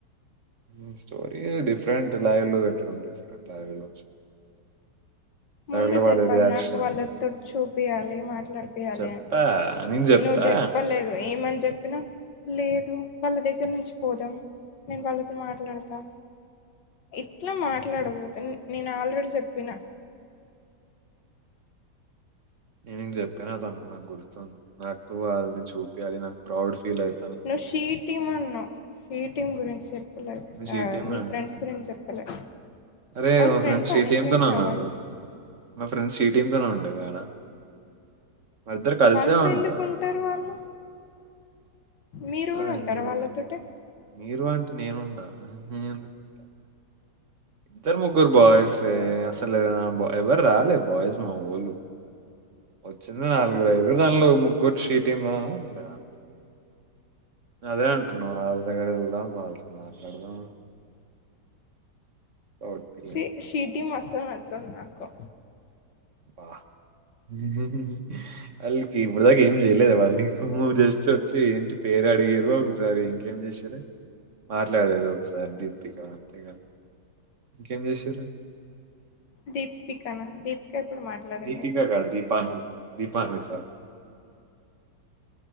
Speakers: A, on the right; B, on the left.
A: మ్ స్టోరీ డిఫరెంట్ లైవ్ లో పెట్టడం డిఫరెంట్ లైవ్ లో
B: ముందు
A: లో వారి
B: చెప్పాలి
A: రియాక్షన్
B: నాకు వాళ్ళతోట్ చూపియాలి మాట్లాడిపియాలి
A: చెప్పా
B: అన్
A: నీకు చెప్పా
B: నువ్ జేప్పలేదు ఏమని జెప్పినా లేదు వాళ్ళ దగ్గర నుంచి పోదాం నేను వాళ్ళతో మాట్లాడుతా ఇట్ల మాట్లాడకుతే నేను ఆల్రెడీ జెప్పిన
A: నేను జెప్పిన తను నాకు గుర్తుంది నాకు వాళని చూపియాలి నాకు ప్రౌడ్ ఫీల్ అయి
B: నువ్వు షీ టీమ్ అన్నవ్ షీ టీమ్ గురించి చె లే
A: షీటీఎం
B: ఆ మీ
A: అంట
B: ఫ్రెండ్స్కు నిను చెప్పలే
A: అరే
B: వాళ్ళ
A: మా ఫ్రెండ్స్ షి
B: అని
A: టీమ్
B: ఫ్రెండ్స్
A: తోనున్నరు
B: వాళ్ళు
A: మా ఫ్రెండ్స్ షీ టీమ్ తొనే ఉండేది ఆడ వెళ్లిద్దరు కలిసే
B: వాళ్ళతో
A: ఉంటది
B: ఎందుకు ఉంటారు వాళ్ళు మీరు కూడా
A: అహ్
B: ఉంటారు
A: <unintelligible>
B: వాళ్ళతోటే
A: మీరు అంటే నేనుండా నేనేందుకుంట ఇద్దరు ముగ్గురు బాయ్స్ యే అసలు బ ఎవరు రాలే బాయ్స్ మా వొళ్ళు వచ్చింది నాలుగురు ఐదుగురు దానిలో ముగ్గురు షీటీమ్ లొ ఉండెది అంతే అదే అంటున్న వాళ్ళ దగ్గర గూడా వాళ్ళతో మాట్లాడదాం లౌడ్ ఫీల్
B: ఛి
A: అయితాను.
B: షీటిమ్ అస్సల్ నచ్చదు నాకు
A: బ్బ వాళ్ళకి ఇపుడు దాకా ఏం చేయలేదే వాళ్నికు జస్ట్ ఒచ్చి ఇంటి పేరు అడిగిరు ఒకసారి ఇంకేం చేస్ షర మాట్లాడేది ఒకసారి దీపిక అంతే గదా ఇంకేం జేశిరు
B: దీపికనా దీపిక ఇప్పుడు మాట్లాడింది
A: దీపికా కాదు దీపాని దీపాను సార్